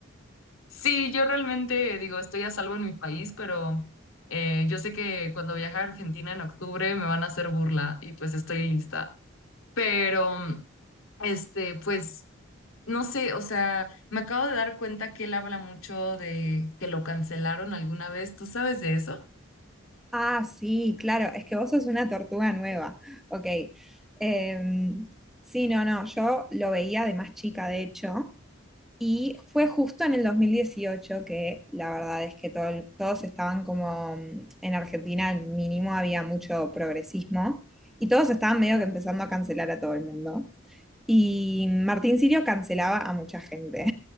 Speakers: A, on the left; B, in the centre.
A: Sí, yo realmente digo, estoy a salvo en mi país, pero eh, yo sé que cuando viaje a Argentina en octubre me van a hacer burla y pues estoy lista. Pero, este, pues, no sé, o sea, me acabo de dar cuenta que él habla mucho de que lo cancelaron alguna vez. ¿Tú sabes de eso?
B: Ah, sí, claro, es que vos sos una tortuga nueva. Ok. Em, sí, no, no, yo lo veía de más chica, de hecho, Y fue justo en el 2018 que la verdad es que todo el- todos estaban como, mm, en Argentina al mínimo había mucho progresismo y todos estaban medio que empezando a cancelar a todo el mundo. Y Martín Sirio cancelaba a mucha gente